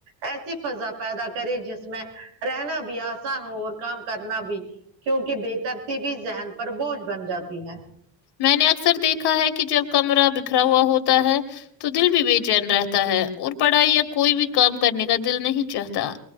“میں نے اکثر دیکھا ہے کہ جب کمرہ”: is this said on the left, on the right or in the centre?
Left